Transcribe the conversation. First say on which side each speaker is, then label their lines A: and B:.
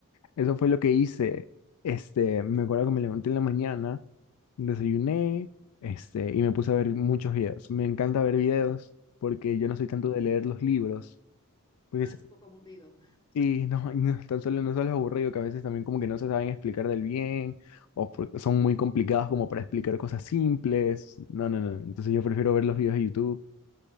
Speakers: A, on the left; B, on the left.
A: Eso fue lo que hice. Este, me acuerdo que me levanté en la mañana, desayuné, este, y me puse a ver muchos videos. Me encanta ver videos porque yo no soy tanto de leer los libros, porque
B: Ah, es un poco aburrido.
A: Sí, no, y no, tan solo no solo es aburrido, que a veces también como que no se saben explicar del bien, o porque son muy complicados como para explicar cosas simples. No, no, no. Entonces yo prefiero ver los videos de YouTube.